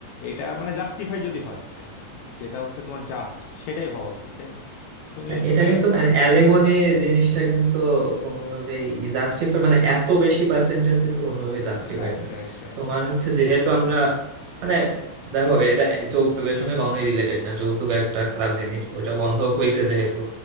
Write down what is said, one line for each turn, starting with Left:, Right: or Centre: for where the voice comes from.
Left: এটা মানে জাস্টিফাই যদি হয় মানে যেটা হচ্ছে তোমার জাস্ট সেটাই হওয়া উচিত তাই না তুমি
Right: না,
Left: হচ্ছে
Right: এটা
Left: married
Right: কিন্তু মানে অ্যালিমনি জিনিসটা কিন্তু কোনোভাবেই জাস্টিফাই মানে এত বেশি পার্সেন্টেজ কিন্তু কোনোভাবেই জাস্টিফাই
Left: Right
Right: না
Left: right right
Right: তোমার হচ্ছে যেহেতু আমরা মানে দেখো এটা যৌতুকের সঙ্গে কখনোই রিলেটেড না যৌতুক একটা খারাপ জিনিস ওইটা বন্ধ হয়েছে যেহেতু